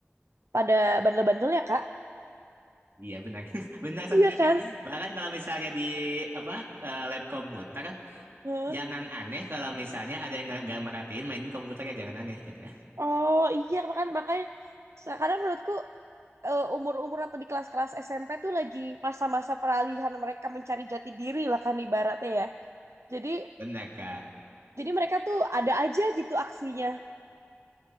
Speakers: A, on the right; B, on the right.
A: pada bandel-bandel ya, Kak?
B: Iya, benar. <laughs> Benar sekali,
A: Iya kan?
B: Kak. Bahkan kalau misalnya di apa eh, lab komputer,
A: Heeh.
B: jangan aneh kalau misalnya ada yang nggak nggak merhatiin mainin komputernya, jangan aneh itu, Kak.
A: Oh, iya makan makanya kadang menurutku eh, umur-umur atau di kelas-kelas SMP tuh lagi masa-masa peralihan mereka mencari jati diri lah kan ibaratnya ya. Jadi
B: Benar, Kak.
A: jadi mereka tuh ada aja gitu aksinya.